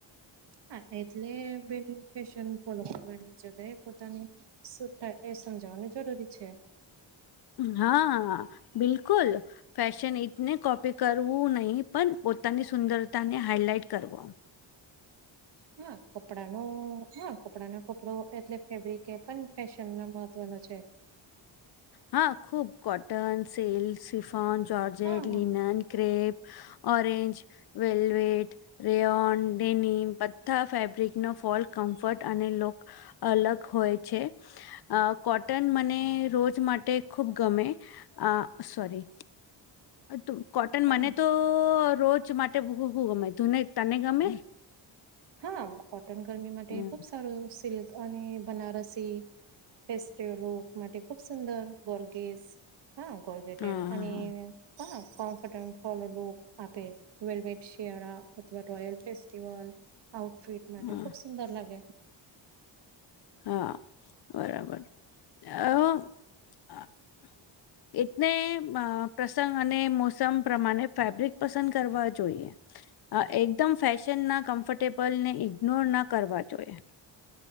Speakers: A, on the right (about 60°); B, on the left (about 55°).
A: હા એટલે બેન ફેશન ફોલો કરવાની જગાએ પોતાની શું થાય એ સમજાવાનું જરૂરી છે.
B: હા બિલકુલ ફેશન એકને કોપી કરવું નહી પણ પોતાની સુંદરતા ને હાઈલાઈટ કરો.
A: હા કપડાનો હા કપડાનો કપડો એટલે ફેબ્રિક એ પણ ફેશન ના મહત્વનો છે.
B: હા ખૂબ કોટન સિલ્ક સિફન જોર્જેટ
A: હા, હા.
B: Linen crepe orange velvet rayon denim બધા ફેબ્રિકનો ફોલ કમ્ફર્ટ અને લોક. અલગ હોય છે કોટન મને રોજ. માટે ખૂબ ગમે આ સોરી <inaudible> કોટન
A: હા,
B: મને તો રોજ માટે <inaudible> શું ગમે તુંને તને ગમે
A: હા કોટન ગરમી માટે
B: હમ
A: ખુબ સારું સિલ્ક અને બનારસી ફેસ્ટિવલો માટે ખુબ સુંદર ગોર્ગેસ. હા ગોગેટેલ
B: હા
A: અને
B: હા
A: હા કોમફર્ટેબલ ફોલુ લુક આપે. વેલવેટ સ્યારા અથવા રોયલ ફેસ્ટિવલ આઉટફિટ માટે
B: હા
A: ખુબ સુંદર લાગે.
B: હા બરાબર એ <inaudible> એટલે પ્રસંગ અને મોસમ પ્રમાણે ફેબ્રિક પસંદ કરવા જોઈએ. એકદમ ફેશન ના કમ્ફર્ટેબલ ને ઇગ્નોર ના કરવા જોઈએ.